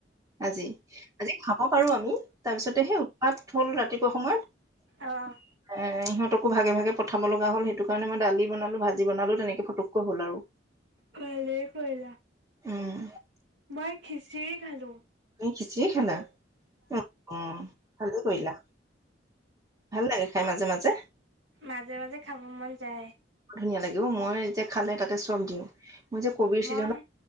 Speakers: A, on the right (about 20°); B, on the right (about 70°).
A: আজি আজি খাব পাৰো আৰু তাৰপিছতে সেই উৎপাত হ'ল ৰাতিপুৱা সময়ত
B: অ',
A: এ সিহঁতক ভাগে ভাগে পঠাব লগা হ'ল সেইটো কাৰণে মই দালি বনালো ভাজি বনালো তেনেকে ফটককৈ হ'ল আৰু
B: ভালে কৰিলা
A: উম
B: মই খিচিৰি খালো
A: খিচিয়ে খালা অ ভালে কৰিলা ভাল লাগে খাই মাজে মাজে
B: মাজে মাজে খাব মন যায়
A: ধুনীয়া লাগিব মই যে খালে তাতে চব দিওঁ মই যে কব চিজনত
B: মই